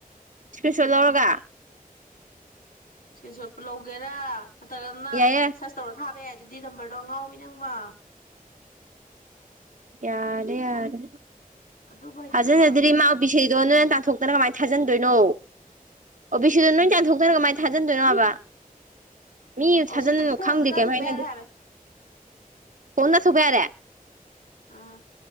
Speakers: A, on the right (about 60°); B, on the left (about 70°).
A: ꯏꯁꯀ꯭ꯔꯤꯞꯁꯣ ꯂꯧꯔꯒ
B: ꯏꯁ꯭ꯀꯔꯤꯟ ꯁꯣꯠꯄꯨ ꯂꯧꯒꯦꯔꯥ ꯅꯠꯇ꯭ꯔꯒꯅ
A: ꯌꯥꯏꯌꯦ
B: ꯁꯥꯁ ꯇꯧꯔ ꯊꯥꯕ ꯌꯥꯏ ꯗꯨꯗꯤ ꯅꯝꯕꯔꯗꯣ ꯑꯉꯥꯎꯕꯤ ꯅꯪꯕꯣ
A: ꯌꯥꯔꯦ ꯌꯥꯔꯦ
B: ꯑꯗꯨꯕꯨ ꯍꯩꯖꯗ꯭ꯔꯣ
A: ꯊꯖꯅꯗꯔꯤ ꯃꯥ ꯄꯤꯁꯤꯗꯣ ꯅꯪ ꯇꯥꯟꯊꯣꯛꯇꯅ ꯀꯃꯥꯏꯅ ꯊꯥꯖꯟꯗꯣꯏꯅꯣ ꯑꯣ ꯕꯤꯁꯤꯗꯣ ꯅꯣꯏ ꯇꯥꯟꯊꯣꯛꯇꯅ ꯀꯃꯥꯏꯟ ꯊꯥꯖꯤꯟꯗꯣꯏꯅꯣꯕ ꯃꯤ
B: ꯑꯣ
A: ꯊꯥꯖꯤꯟ
B: ꯁꯤꯗ ꯐꯣꯟ
A: ꯈꯪꯗꯦ
B: ꯑꯝꯇ ꯇꯥꯊꯣꯛꯄ
A: ꯀꯩꯝ ꯍꯥꯏꯅꯗꯦ
B: ꯌꯥꯔꯦ ꯍꯥꯏꯕꯅꯦ
A: ꯐꯣꯟꯅ ꯂꯧꯊꯣꯛꯄ ꯌꯥꯔꯦ
B: ꯑꯥ